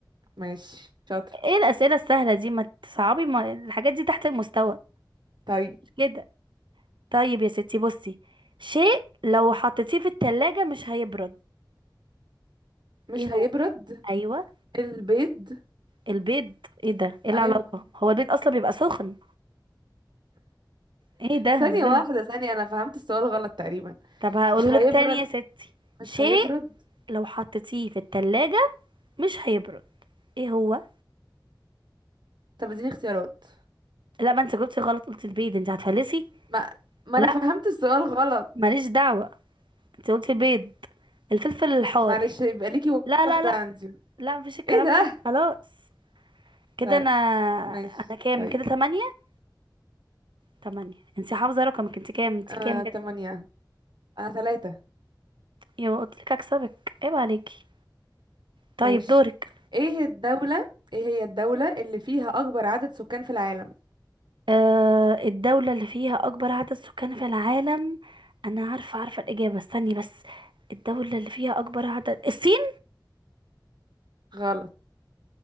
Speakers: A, on the right (about 70°); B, on the right (about 85°).
A: ماشي شاطرة
B: ايه الاسئله السهله دي ما تصعبي ما الحاجات دي تحت المستوى
A: طيب
B: كده طيب يا ستي بصي شيء لو حطيتيه في التلاجة مش هيبرد
A: مش
B: ايه
A: هيبرد
B: هو ايوه
A: البيض
B: البيض ايه ده ايه العلاقة
A: ايوه
B: هو البيض اصلا بيبقى سخن ايه ده
A: ثانية
B: ازاي
A: واحدة ثانية انا فهمت السؤال غلط تقريبا
B: طب هقوله
A: مش هيبرد
B: لك تاني يا ستي
A: مش
B: شيء
A: هيبرد
B: لو حطيتيه في التلاجة مش هيبرد ايه هو
A: طب اديني اختيارات
B: لا ما انت جبتي غلط قلت البيض انت هتفلسي
A: ما ما
B: لا
A: انا فهمت السؤال غلط
B: ماليش دعوة انت قلتي البيض الفلفل الحار
A: معلش يبقى ليكي
B: لا لا
A: واحدة
B: لا
A: عندي
B: لا مفيش الكلام
A: ايه ده
B: ده خلاص كده
A: طيب
B: انا
A: ماشي
B: انا كام
A: طيب
B: كده تمانية تمانية انت حافظة رقمك انت كام انت
A: آه
B: كام كده
A: تمانية انا ثلاثة
B: يا قلت لك اكسبك عيب عليكي طيب
A: ماشي
B: دورك
A: ايه الدولة ايه هي الدولة اللي فيها اكبر عدد سكان في العالم
B: آه الدولة اللي فيها أكبر عدد سكان في العالم أنا عارفة عارفة الإجابة استني بس الدولة اللي فيها أكبر عدد الصين
A: غلط